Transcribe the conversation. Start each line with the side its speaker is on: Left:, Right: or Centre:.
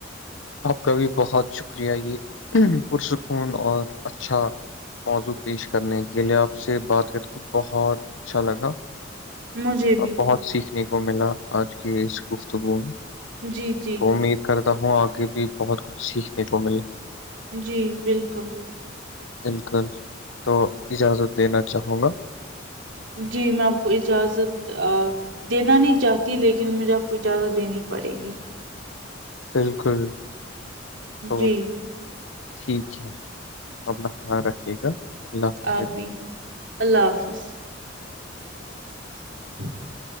Left: آپ کا بھی بہت شکریہ یہ ہن ہں پرسکون اور اچھا موضوع پیش کرنے کے لیے آپ سے بات کر کے بہت اچھا لگا
Right: مجھے بھی
Left: بہت سیکھنے کو ملا آج کی اس گفتگو میں
Right: جی جی
Left: تو امید کرتا ہوں آگے بھی بہت کچھ سیکھنے کو ملے
Right: جی بالکل
Left: بالکل تو اجازت لینا چاہوں گا
Right: جی میں آپ کو اجازت آ دینا نہیں چاہتی لیکن مجھے آپ اجازت دینی پڑے گی
Left: بالکل تو
Right: جی
Left: ٹھیک ہے اپنا خیال رکھیے گا اللہ حافظ
Right: آپ بھی اللہ حافظ <inaudible>